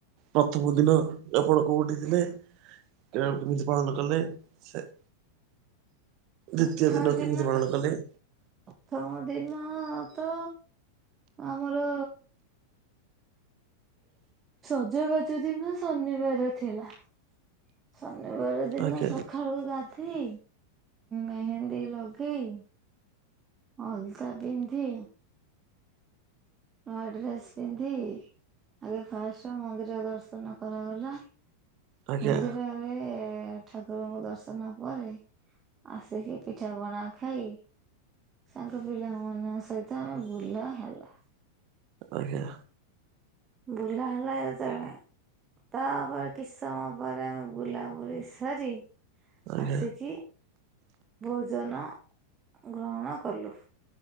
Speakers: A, on the right; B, on the right.
A: ପ୍ରଥମ ଦିନ ଆପଣ କୋଉଠି ଥିଲେ? କେମିତି ପାଳନ କଲେ ସେ
B: ପ୍ରଥମ
A: ଦ୍ଵିତୀୟ ଦିନ କେମିତି ପାଳନ
B: ତ
A: କଲେ?
B: ପ୍ରଥମ ଦିନ ତ ଆମର ସଜବାଜ ଦିନ ଶନିବାର ଥିଲା। ଶନିବାର ଦିନ
A: ଆଜ୍ଞା
B: ସକାଳୁ ଗାଧେଇ ମେହେନ୍ଦୀ ଲଗେଇ ଅଲତା ପିନ୍ଧି ନୂଆ ଡ୍ରେସ ପିନ୍ଧି ଆଗେ ଫାଷ୍ଟ ମନ୍ଦିର ଦର୍ଶନ କରାଗଲା।
A: ଆଜ୍ଞା
B: ମନ୍ଦିରରେ ଠାକୁରଙ୍କୁ ଦର୍ଶନ ପରେ ଆସିକି ପିଠାପଣା ଖାଇ ସାଙ୍ଗ ପିଲାମାନଙ୍କ ସହିତ ବୁଲା ହେଲା।
A: ଆଜ୍ଞା।
B: ବୁଲା ହେଲା ଯେତବଳେ ତାପରେ କିଛି ସମୟ ପରେ ଆମେ ବୁଲାବୁଲି ସାରି
A: ଆଜ୍ଞା
B: ଆସିକି ଭୋଜନ ଗ୍ରହଣ କଲୁ।